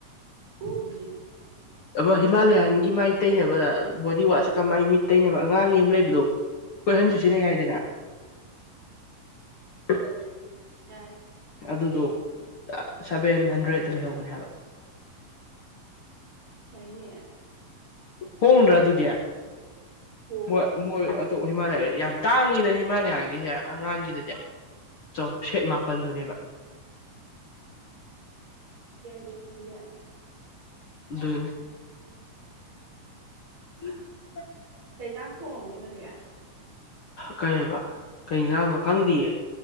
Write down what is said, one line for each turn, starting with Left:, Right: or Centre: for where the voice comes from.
Right: ꯎꯗꯔꯤ
Left: ꯑ ꯍꯤꯃꯥꯂꯌꯥꯟꯒꯤ ꯃꯥꯏ ꯇꯩꯅꯕ ꯕꯣꯗꯤ ꯋꯥꯁꯀ ꯃꯥꯏ ꯃꯤꯠ ꯇꯩꯅꯕ ꯑꯉꯥꯡ ꯌꯦ ꯑꯃ ꯂꯩꯕꯗꯣ ꯀꯣꯏꯍꯟꯗꯨ ꯁꯤꯅ ꯌꯥꯏꯗꯅ <unintelligible>
Right: ꯌꯥꯔꯦ
Left: ꯑꯗꯨꯗꯣ ꯁꯚꯦꯟ ꯍꯟꯗ꯭ꯔꯦꯗꯠꯇ ꯂꯩꯍꯧꯕꯅꯤ ꯍꯥꯏꯕ
Right: ꯀꯅꯦ
Left: ꯍꯟ꯭ꯔꯥ ꯑꯗꯨ ꯑꯗꯨꯗꯌꯥ
Right: ꯍꯣꯡꯉꯦ
Left: ꯃ ꯃꯣꯏ ꯑ ꯑꯣ ꯍꯤꯃꯥꯂꯌꯥ ꯌꯥꯝ ꯇꯥꯡꯉꯤꯗꯅꯦ ꯍꯤꯃꯥꯂꯌꯥꯒꯤꯁꯦ ꯑꯉꯥꯡꯒꯤꯗꯗꯤ ꯆꯧ ꯁꯦꯠ ꯃꯥꯄꯜꯗꯨꯅꯦꯕ
Right: ꯗꯁꯨꯕꯤ ꯌꯥꯃꯦ
Left: ꯑꯗꯨ <unintelligible>
Right: ꯂꯩꯩꯖꯥꯡ ꯊꯣꯡꯒꯦ ꯅꯒꯦ
Left: ꯀꯩ ꯍꯥꯏꯕ ꯀꯩꯁꯥꯡꯅꯣ ꯈꯪꯗꯦꯌꯦ